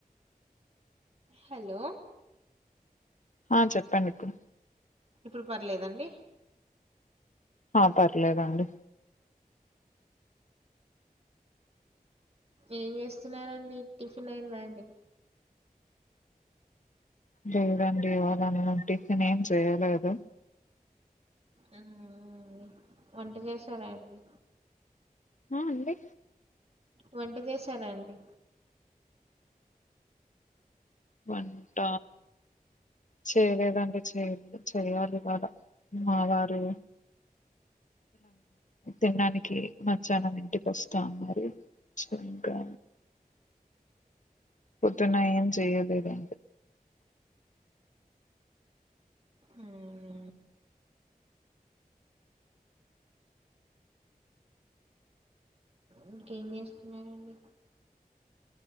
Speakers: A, on the right; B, on the left.
A: హలో.
B: ఆ చెప్పండి ఇప్పుడు.
A: ఇప్పుడు పర్లేదండి
B: ఆ పర్లేదండి
A: ఏం చేస్తున్నారంండి టిఫిన్ అయిందా అండి
B: లేదండి ఇవళనింటికన్ ఏం చెయ్యలేదు
A: ఆ అండి వంట చేశారా అండి
B: ఆ అండి
A: వంట చేశారాండి
B: వంట చేయలేదంటే చేయ చేయాలి వాళ మా వారులా తినడానికి మధ్యాహ్నం ఇంటికి వస్తా ఉన్నారురి సో ఇంకా పత్తున ఏం చేయదు లేదు
A: అవునా. ఇంకేం చేస్తున్ననండి